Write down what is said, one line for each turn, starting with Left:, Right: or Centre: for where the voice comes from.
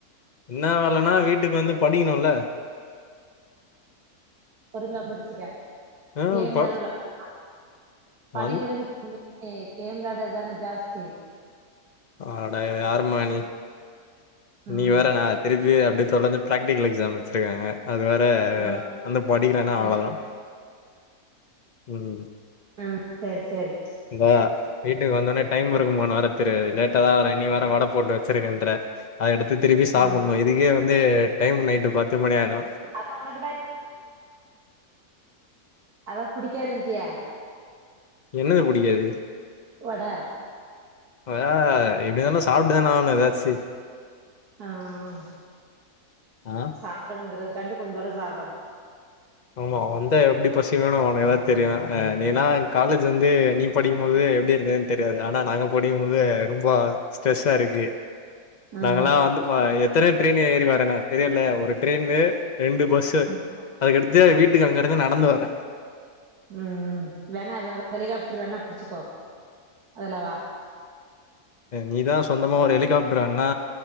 Left: என்ன வேலன்னா
Right: நா
Left: வீட்டுக்கு வந்து படிக்கணுல
Right: பொறுமயா படிச்சுக்கொ
Left: ம்
Right: கேம்
Left: ப
Right: தான வெளாடு படிக்கறது
Left: வந்
Right: கம்மி கேம் வெளயட்றது தான ஜாஸ்தி
Left: ஆட யாருமா நீ
Right: ம்
Left: நீ வேற நா திருப்பி அப்டி சொல்ல வந்து ப்ராக்டிக்கல் எக்ஸாம் வச்சுருக்காங்க அது வேற
Right: ம்
Left: வந்து படிக்கலன்னா அவ்ளோதா
Right: ம்
Left: ம்
Right: அ சரி சரி
Left: இந்தா வீட்டுக்கு வந்தோனே டைம் இருக்குமானு வேர லேட்ட தா வர நீ வேற வட போட்டு வச்சிருக்கன்ற அத எடுத்து திருப்பி சாப்பிட்னு
Right: ம்
Left: இதுக்கே வந்து டைம் நைட்டு பத்து மணி ஆய்டு
Right: அதா ஒனக்குதா <inaudible> அதா புடிக்கதுன்ட்டிய
Left: என்னது புடிக்காது
Right: வட
Left: அ எப்டி இந்தாலு சாப்ட்டுதானே ஆகணு ஏதாச்சு
Right: அ அ
Left: ஆ
Right: சாப்பிடணுங்கிறதுக்காண்டி கொஞ்சோல சாப்டனு
Left: ஆமா வந்த எப்டி பசிங்குன்னு ஒனக்குதா தெரியு நீ எல்லா காலேஜ் வந்து நீ படிக்கும்போது எப்படி இருந்த தெரியாது ஆனா நாங்க படிக்கும் போது ரொம்ப ஸ்ட்ரெஸ்ஸா ருக்கு
Right: ம்
Left: நாங்க ல்லா வந்து எத்தன ட்ரெயின் ஏறி வறனு தெரியுல ஒரு ட்ரெயின்னு ரெண்டு பஸ்ஸு
Right: ம்
Left: அதுக்கடுத்து வீட்டுக்கு அங்க இருந்து நடந்து வர
Right: உம் வேணா ஹெலிகாப்டர் வேணா புடிச்சுக்கோ அதுல வா
Left: நீதா சொந்தமா ஒரு ஹெலிகாப்டர் வேனா